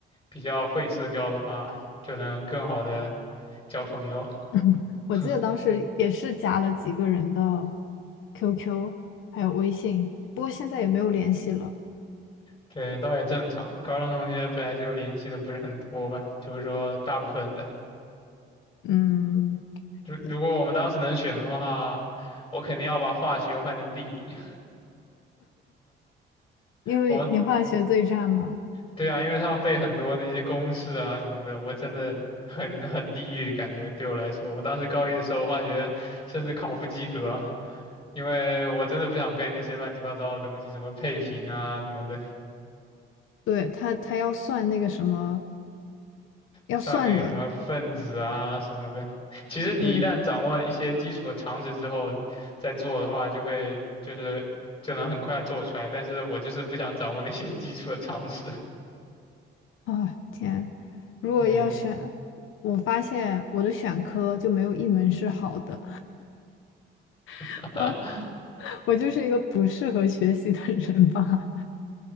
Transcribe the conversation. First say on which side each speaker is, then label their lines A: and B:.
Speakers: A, on the left; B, on the left.
A: 比较会社交的话，就能更好的交朋友。
B: <laughs> 我记得当时也是加了几个人的
A: <laughs>
B: QQ，还有微信，不过现在也没有联系了。
A: 对，倒也正常。高中同学本来就联系的不是很多吧，就是说大部分的。
B: 嗯，
A: 如如果我们当时能选的话，
B: 对，
A: 我肯定要把化学换成地理。
B: 因为你化学对战嘛，
A: <laughs> 我们对啊，因为他要背很多那些公式啊什么的，我真的很很地狱，感觉对我来说，我当时高一的时候化学甚至考不及格啊，因为我真的不想背那些乱七八糟的东西，什么配平啊什么的。
B: 对，他他要算那个什么，要算的。
A: 算那个什么分子啊什么的。<laughs> 其实你一旦掌握一些基础的常识之后，
B: 对，
A: 再做的话，就会就是就能很快做出来。但是我就是不想掌握那些基础的常识。<laughs>
B: 啊，天！如果要选，
A: 对，
B: 我发现我的选科就没有一门是好的，
A: <laughs>
B: <laughs> 啊，我就是一个不适合学习的人吧。